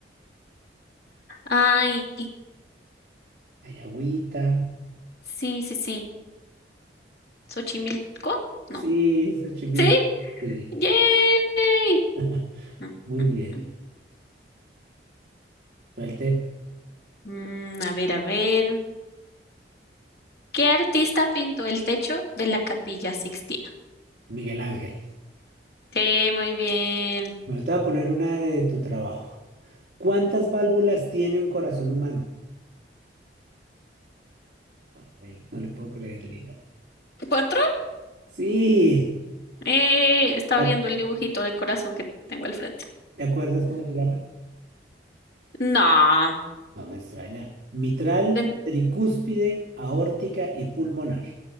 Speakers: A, on the left (about 60°); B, on the right (about 60°).
A: Ay,
B: Ayagüita.
A: sí, sí, sí. ¿Xochimilco?
B: Sí,
A: No.
B: Xochimilco.
A: Sí,
B: Sí,
A: yay.
B: <laughs>
A: Mm, mm.
B: muy bien. Suelte,
A: Mm, a ver, a ver. ¿Qué artista pintó el techo de la Capilla Sixtina?
B: Miguel Ángel.
A: Sí, muy bien.
B: Bueno, te voy a poner una de tu trabajo. ¿Cuántas válvulas tiene un corazón humano? Ay, no le puedo creer, Lina.
A: ¿Cuatro?
B: Sí.
A: Eh, estaba
B: ¿Te
A: viendo el dibujito de corazón que tengo al frente.
B: te acuerdas cómo se llaman?
A: No,
B: No me extraña. Mitral,
A: ven-
B: tricúspide, aórtica y pulmonar.